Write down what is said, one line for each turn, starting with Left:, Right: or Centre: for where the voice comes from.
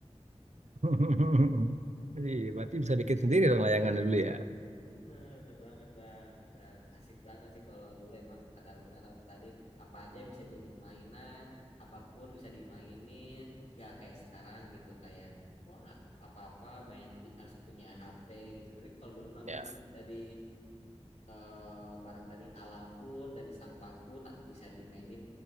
Right: <laughs> Iya, berarti bisa bikin sendiri dong layangan dulu ya.
Left: Bener, bener banget bang dan asik banget sih kalau dulu emang kata benar abang tadi apa aja bisa jadi mainan apapun bisa dimainin gak kayak sekarang gitu kayak wah apa-apa main di, harus punya HP gitu tapi kalau dulu mah enggak
Right: Ya.
Left: dari eh, barang dari alam pun dari sampah pun ah, bisa dimainin